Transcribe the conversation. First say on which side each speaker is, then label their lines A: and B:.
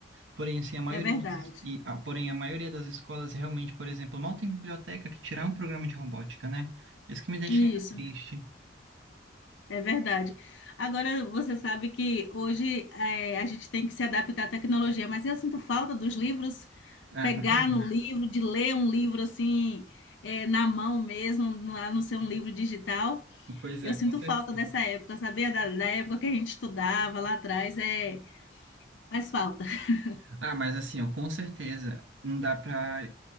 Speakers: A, on the right; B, on the left.
A: Porém, assim, a maioria
B: é verdade.
A: das, e, a, porém, a maioria das escolas realmente, por exemplo, mal tem biblioteca que tirar um programa de robótica, né? Isso que me deixa
B: Isso.
A: ainda triste.
B: É verdade. Agora, você sabe que hoje eh, a gente tem que se adaptar à tecnologia, mas eu sinto falta dos livros,
A: Ah,
B: pegar
A: com certeza.
B: no <laughs> livro, de ler um livro assim, eh, na mão mesmo, lá não ser um livro digital.
A: Pois
B: Eu
A: é,
B: sinto
A: com certeza.
B: falta dessa época, sabia? Da, da época que a gente estudava lá atrás, é, faz falta. <laughs>
A: Ah, mas assim, ó, com certeza, não dá para